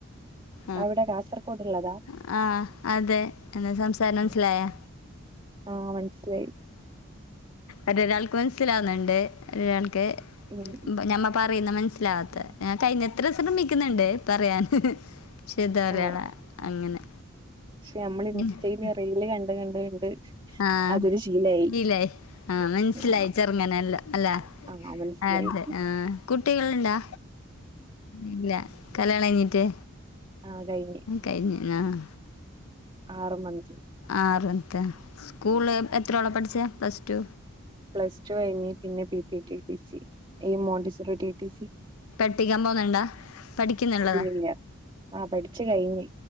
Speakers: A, on the left; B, on the right.
A: ആഹ്
B: എവിടെ കാസർഗോഡുള്ളതാ
A: ആഹ് അതെ എന്റെ സംസാരം
B: ഉം.
A: മനസ്സിലായാ.
B: ആ മനസ്സിലായി
A: ഒരൊരാൾക്ക് മനസിലാവുന്നുണ്ട് ഒരാൾക്ക്.
B: ഉം
A: ഞമ്മ പറയുന്നെ മനസ്സിലാവാത്തെ ഞാൻ കഴിയ്ന്നത്ര ശ്രമിക്ക്ന്ന്ണ്ട് പറയാൻ. ശുദ്ധ മലയാളാ
B: ആ
A: അങ്ങനെ
B: പക്ഷെ നമ്മൾ
A: <unintelligible>
B: ഇൻസ്റ്റയില് <unintelligible> കണ്ട് കണ്ട് കണ്ട്
A: ആഹ്
B: അതൊരു ശീലായി
A: <unintelligible> ആഹ് മനസിലായി
B: ആ
A: ചെറ്ങ്ങനെ എല്ലാം അല്ലേ
B: ആ മനസ്സിലായി
A: അതെ ആഹ്. കുട്ടികള്ണ്ടാ ഇല്ല കല്ല്യാണം കഴിഞ്ഞിട്ട്.
B: ആ കഴിഞ്ഞ്
A: കഴിഞ്ഞ് ആഹ്
B: ആറ് മന്ത്
A: അത് <unintelligible> സ്കൂളില് എത്രയോള പഠിച്ചേ പ്ലസ് ടു
B: പ്ലസ് ടു കഴിഞ്ഞ് പിന്നെ P P T T C ഈ മോണ്ടിസോറി ടി ടി സി.
A: ട്ടിക്കാൻ പോകുന്നുണ്ടാ പഠിക്കുന്ന്ള്ളതാ.
B: <unintelligible> ആഹ് പഠിച്ച് കയിഞ്ഞ്